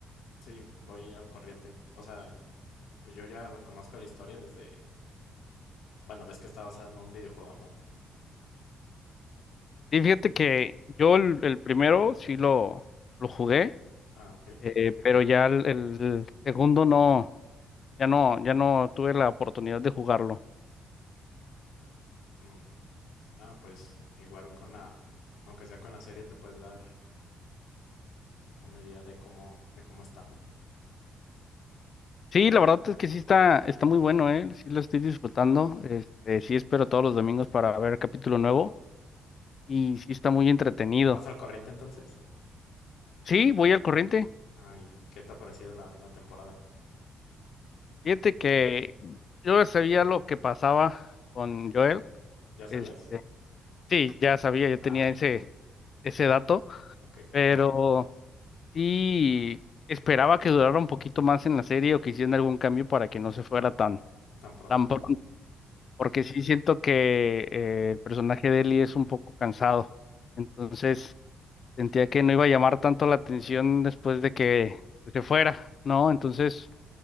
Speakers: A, on the left; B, on the left.
A: sí, voy al corriente, o sea, pues yo ya la- conozco la historia desde, bueno, ves que está basada en un videojuego, ¿no?
B: Y fíjate que yo el, el primero sí lo, lo jugué.
A: Ah, ok,
B: eh, pero ya el, el segundo no, ya no, ya no tuve la oportunidad de jugarlo.
A: no. Ah, pues igual con la, aunque sea con la serie te puedes dar una idea de cómo, de cómo está.
B: Sí, la verdad es que sí está, está muy bueno, ¿eh? Sí lo estoy disfrutando. Este, sí espero todos los domingos para ver capítulo nuevo y sí está muy entretenido.
A: ¿Vas al corriente entonces?
B: Sí, voy al corriente.
A: Ay, qué te ha parecido la, la temporada?
B: Fíjate que yo ya sabía lo que pasaba con Joel.
A: ¿Ya sabías?
B: Este, sí, ya sabía, yo
A: Ah,
B: tenía
A: bueno,
B: ese, ese dato,
A: ok,
B: pero Sí, esperaba que durara un poquito más en la serie o que hicieran algún cambio para que no se fuera tan,
A: tan pronto.
B: tan pronto, porque sí siento que eh, el personaje de Ellie es un poco cansado. Entonces sentía que no iba a llamar tanto la atención después de que pues, se fuera, ¿no? Entonces